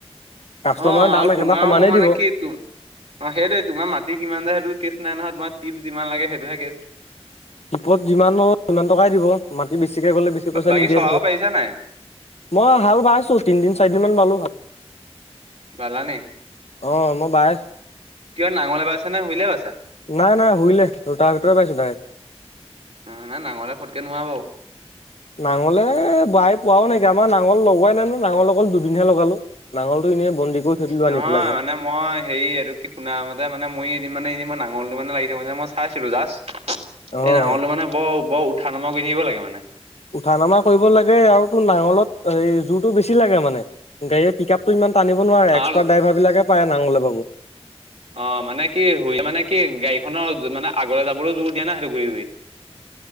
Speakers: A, on the left; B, on the right.
A: কাষ্টমাৰে
B: অ' আৰু
A: দাম একেটা
B: তোমাৰ
A: সমানেই
B: আৰু মোৰ মানে
A: দিব
B: কি তোৰ, সেইটোৱে তোমাৰ মাটি কিমান যে সেইটো কেছ নাই নহয় তোমাৰ কিমান লাগে সেইটোহে কেচ।
A: তিপত যিমান হয়, সিমান টকাই দিব। মাটি বেছিকে গ'লে বেছি পইচা
B: বাকী
A: নিদিয়ে
B: চলাব
A: কোনো।
B: পাৰিছা নাই?
A: মই হাল বাইছো। তিনদিন চাৰিদিনমান বালো হাল।
B: বালা নি?
A: অ মই বাই আছো
B: কি নাঙলে বাইছা নে হুইলে বাইছা?
A: নাই, নাই হুইলে। ৰুতাৰভেটাৰ বাইছো ডাইৰেক্ট।
B: উম নাঙলে ফটকে নোৱাৰে বাৰু।
A: নাঙলে বাই পোৱাও নাইকিয়া, আমাৰ নাঙল লগোৱাই নাই ন। নাঙল অকল দুদিনহে লগালো। নাঙলটো এনেই বন্দী কৰি থৈ দিলো
B: নহয়
A: আনি পেলাই ঘৰত
B: মানে মই হেৰি, এইটো কি শুনা মতে মানে মই এদিন মানে এনে মই নাঙলটো মানে লাগি থাকে যে, মই চাইছিলো জাষ্ট।
A: অ
B: এই নাঙলটো মানে বৰ, বৰ উঠা নমা কৰি থাকিব লাগে মানে।
A: উঠা নামা কৰিব লাগে। আৰু তোৰ নাঙলত এই জোৰটো বেছি লাগে মানে। গাড়ীয়ে পিক আপটো ইমান টানিব নোৱাৰে। এক্সপাৰ্ট
B: অ
A: ড্ৰাইভাৰবিলাকে পাৰে নাঙলে বাব।
B: অ', মানে কি, হুইলে মানে কি, গাড়ীখনৰ মানে আগলৈ যাবলৈ জোৰ দিয়ে ন, সেইটো ঘূৰি ঘূৰি